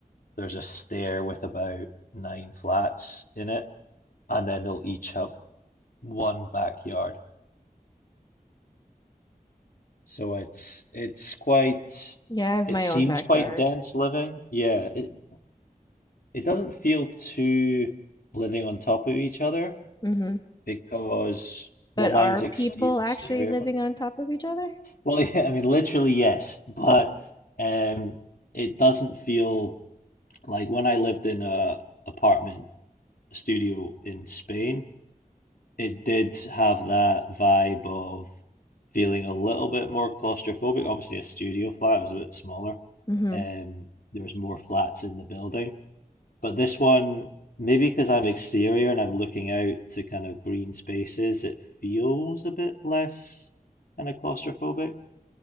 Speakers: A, on the left (about 65°); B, on the left (about 25°).
A: there's a stair with about nine flats in it, and then they'll each have one backyard. So it's it's quite
B: Yeah, I have
A: it
B: my
A: seems
B: own backyard.
A: quite dense living. Yeah, it it doesn't feel too living on top of each other
B: hmm
A: because
B: But
A: well mine's
B: are
A: exterior
B: people actually
A: exterior.
B: living on top of each other?
A: Well, <laughs> yeah, I mean, literally, yes, but um, it doesn't feel like when I lived in a apartment studio in Spain, it did have that vibe of feeling a little bit more claustrophobic. Obviously, a studio flat was a bit smaller.
B: hmm
A: Um, there was more flats in the building, but this one, maybe because I'm exterior and I'm looking out to kind of green spaces, it feels a bit less kind of claustrophobic.